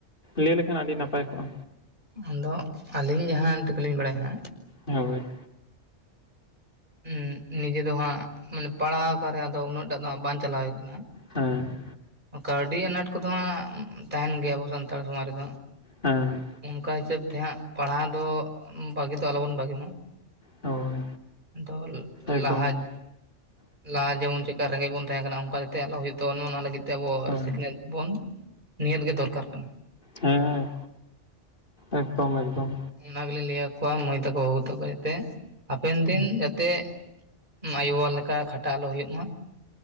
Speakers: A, on the left; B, on the right.
A: ᱞᱟᱹᱭ ᱞᱮᱠᱷᱟᱱ ᱟᱹᱰᱤ ᱱᱟᱯᱟᱭ ᱠᱚᱜᱼᱟ᱾
B: ᱟᱫᱚ, ᱟᱹᱞᱤᱧ ᱡᱟᱦᱟᱸ ᱴᱤᱠᱟᱹ ᱞᱤᱧ ᱵᱟᱲᱟᱭᱟ ᱟᱸᱜ᱾
A: ᱦᱳᱭ᱾
B: ᱦᱩᱸ ᱱᱤᱡᱮ ᱫᱚ ᱦᱟᱸᱜ ᱢᱟᱱᱮ ᱯᱟᱲᱦᱟᱣ ᱟᱠᱟᱱ ᱨᱮᱦᱚᱸ ᱟᱫᱚ ᱩᱱᱟᱹᱜ ᱴᱟᱜ ᱫᱚᱜ ᱦᱟᱸᱜ ᱵᱟᱝ ᱪᱟᱞᱟᱣ ᱦᱩᱭ ᱠᱟᱱᱟ
A: ᱦᱮᱸ
B: ᱠᱟᱹᱣᱰᱤ ᱟᱱᱟᱴ ᱠᱚᱫᱚ ᱦᱟᱸᱜ ᱛᱟᱦᱮᱱ ᱜᱮᱭᱟ ᱟᱵᱚ ᱥᱟᱱᱛᱟᱲ ᱥᱚᱢᱟᱡᱽ ᱨᱮᱫᱚ᱾
A: ᱦᱮᱸ
B: ᱚᱱᱠᱟ ᱦᱤᱥᱟᱹᱵᱽ ᱛᱮᱦᱟᱸᱜ ᱯᱟᱲᱦᱟᱣ ᱫᱚ ᱵᱟᱜᱤ ᱫᱚ ᱟᱞᱚᱵᱚᱱ ᱵᱟᱜᱤ ᱢᱟ᱾
A: ᱦᱳᱭ
B: ᱫᱚᱞ
A: ᱮᱠᱫᱚᱢ
B: ᱞᱟᱦᱟ
A: ᱜᱮ
B: ᱞᱟᱦᱟ ᱡᱮᱢᱚᱱ ᱪᱮᱠᱟ ᱨᱮᱸᱜᱮᱡ ᱵᱚᱱ ᱛᱟᱦᱮᱸ ᱠᱟᱱᱟ ᱚᱱᱠᱟ ᱡᱟᱛᱮ ᱟᱞᱚ ᱦᱩᱭᱩᱜ ᱛᱟᱵᱚᱱᱟ ᱚᱱᱟ ᱞᱟᱹᱜᱤᱫ ᱛᱮ ᱟᱵᱚ
A: ᱦᱳᱭ
B: ᱥᱤᱠᱷᱱᱟᱹᱛ ᱵᱚᱱ ᱱᱤᱦᱟᱹᱛ ᱜᱮ ᱫᱚᱨᱠᱟᱨ ᱠᱟᱱᱟ᱾
A: ᱦᱮᱸ ᱮᱠᱫᱚᱢ ᱮᱠᱫᱚᱢ᱾
B: ᱚᱱᱟ ᱜᱮᱞᱤᱧ ᱞᱟᱹᱭ ᱟᱠᱚᱣᱟ ᱢᱟᱹᱭ ᱛᱟᱠᱚ ᱵᱟᱹᱵᱩ ᱛᱟᱠᱚ ᱡᱟᱛᱮ ᱦᱟᱯᱮᱱ ᱫᱤᱱ ᱡᱟᱛᱮ ᱟᱭᱳ ᱵᱟᱵᱟ ᱞᱮᱠᱟ ᱠᱷᱟᱴᱟᱜ ᱟᱞᱚ ᱦᱳᱭᱳᱜ ᱢᱟ᱾